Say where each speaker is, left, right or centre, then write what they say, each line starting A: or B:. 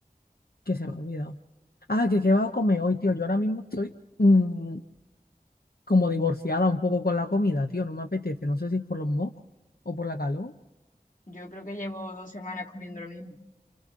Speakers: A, on the left; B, on the left.
A: Que se me ha olvidado. Ah, que qué vas a comer hoy, tío. Yo ahora mismo estoy mm, como divorciada un poco con la comida, tío. No me apetece. No sé si es por los mocos o por la calor.
B: Yo creo que llevo dos semanas comiendo lo mismo.